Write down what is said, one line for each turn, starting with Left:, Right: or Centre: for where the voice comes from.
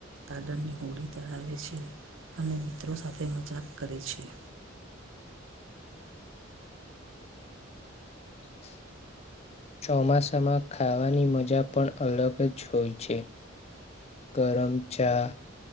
Right: ગડરની હોડી તરાવે છે, અને મિત્રો સાથે મજાક કરે છે.
Left: <inaudible> ચોમાસામાં ખાવાની મજા પણ અલગ જ હોય છે. કરમચા.